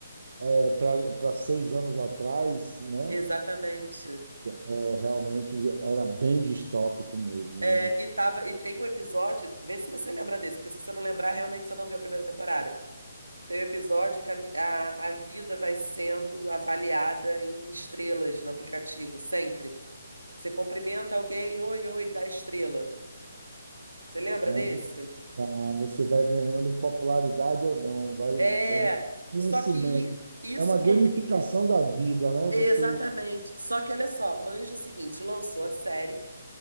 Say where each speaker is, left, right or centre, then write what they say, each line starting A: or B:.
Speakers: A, on the right (about 60°); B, on the right (about 80°).
A: É, para seis anos atrás, né?
B: Exatamente.
A: É, realmente era bem distópico mesmo,
B: É, e, tava, e tem um episódio, vê se você lembra desse, porque se você não lembrar, realmente você não viu a primeira temporada. Tem um episódio que a, mi- a, a vida vai sendo avaliada em estrelas no aplicativo, sempre. Você cumprimenta alguém, oi, oi, dá estrela. Você lembra
A: né?
B: desse?
A: É, tá, você vai ganhando popularidade ou não, vai,
B: É,
A: vai ganhando conhecimento.
B: só que i- isso...
A: É uma gamificação
B: Come...
A: da vida, né?
B: Exatamente.
A: Você
B: Só que olha só, manja o seguinte, lançou a série.